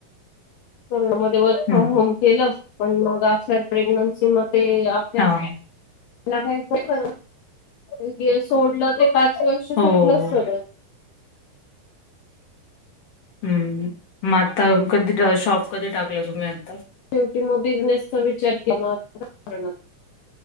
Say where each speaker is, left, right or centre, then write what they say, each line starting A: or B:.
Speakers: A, on the left (about 75°); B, on the left (about 50°).
A: करोनामध्ये, वर्क फ्रॉम
B: हम्म
A: होम केलं. पण मग आफटर प्रेग्नन्सी म ते आपल्या,
B: हा
A: मला काही. जे सोडलं ते, पाच वर्ष सुटलच
B: हो हो.
A: सगळं.
B: हम्, मग आता कधी, शॉप कधी टाकलं तुम्ही आता?
A: शेवटी मग, बिझनेसचा विचार <inaudible>